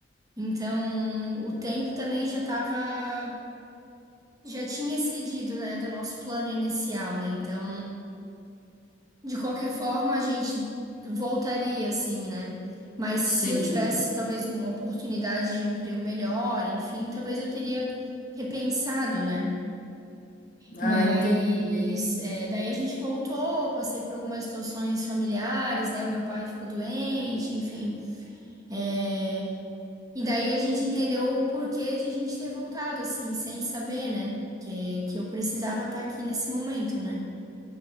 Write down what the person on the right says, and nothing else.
Então, o tempo também já tava, já tinha excedido, né, do nosso plano inicial, né? Então. De qualquer forma, a gente voltaria, assim, né? Mas se
eu tivesse, talvez, uma oportunidade de um emprego melhor, enfim, talvez eu teria repensado, né?
Mas
é, daí a gente voltou, passei por algumas situações familiares, né? O meu pai ficou doente, enfim. É, E daí a gente entendeu o porquê de a gente ter voltado, assim, sem saber, né? Que, que eu precisava estar aqui nesse momento, né?